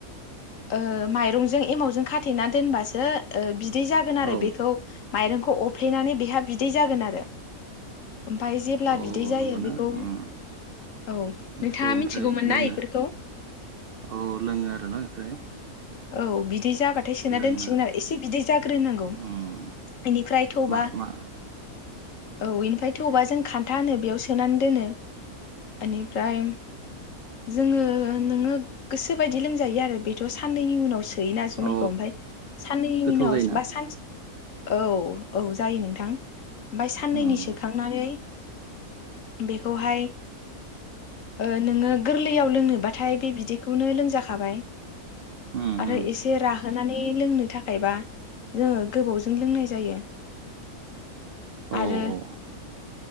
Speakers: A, on the left; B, on the right.
A: ओ माइरंजों एमावजों खाथेना दोनबासो ओ बि दि जागोन आरो
B: औ
A: बे माइरंखौ अफ्लेनानै बेहा बिदै जागोन आरो ओमफाय जेब्ला
B: औ
A: बि दै जायो
B: नंगौना
A: बेखौ
B: उम
A: औ
B: बेखौ
A: नोंथाङा
B: ओमफ्राय
A: मिथिगौमोन
B: लोङो
A: ना इफोरखौ
B: औ लोङो आरो ना ओमफ्राय
A: औ बिद दि जाबाथाय सोना
B: लोंनो
A: दोनसिगोन आरो एसे बिदै जाग्रोनांगौ
B: उम
A: बेनिफ्राय थबा
B: मा मा
A: औ इनिफ्राय थौबा जों खान्था होनो बेयाव सोनानै दोनो इनिफ्राय जोङो नोङो गोसोबायदि लोंजायो आरो बेथ' साननैनि उनावसो थोयोना जुमायखौ
B: औ
A: ओमफ्राय साननैनि
B: गोथाव
A: उनाव
B: जायोना
A: बा सानसे औ। औ जायो नोंथां ओमफ्राय साननैनि
B: उम
A: सोखांनानै बेखौहाय ओ नोङो गोरलैयाव लोङोबाथाय बे बिदैखौनो लोंजाखाबाय।
B: उम
A: आरो
B: उम
A: एसे राहोनानै लोंनो थाखायबा जोङो गोबावजों लोंनाय जायो। आरो
B: औ औ।